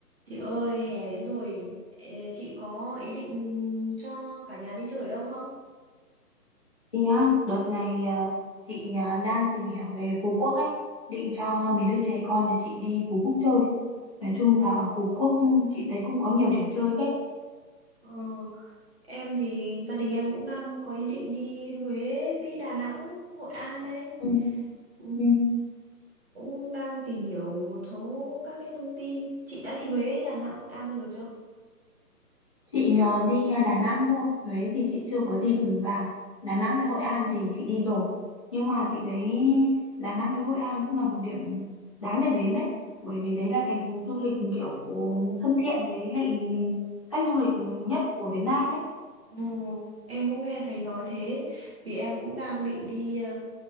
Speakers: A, on the right; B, on the left.
A: Chị ơi, hè đến rồi, ê, chị có ý định cho cả nhà đi chơi ở đâu không?
B: Chị á, đợt này ờ, chị ờ, đang tìm hiểu về Phú Quốc ấy, định cho mấy đứa trẻ con nhà chị đi Phú Quốc chơi. Nói chung là ở Phú Quốc ừ, chị thấy cũng có nhiều điểm chơi phết.
A: Ờ, em thì gia đình em cũng đang có ý định đi Huế với Đà Nẵng, Hội An đấy.
B: Ừ,
A: Ừ,
B: ừ.
A: cũng đang tìm hiểu một số các cái thông tin. Chị đã đi Huế, Đà Nẵng, Hội An bao giờ chưa?
B: Chị ờ, đi ờ, Đà Nẵng thôi, Huế thì chị chưa có dịp vào. Đà Nẵng với Hội An thì chị đi rồi. Nhưng mà chị thấy Đà Nẵng với Hội An cũng là một điểm đáng để đến đấy. Bởi vì đấy là thành phố du lịch kiểu thân thiện với lại khách du lịch nhất của Việt Nam đấy.
A: Ồ, em cũng nghe thấy nói thế vì em cũng đang định đi ờ,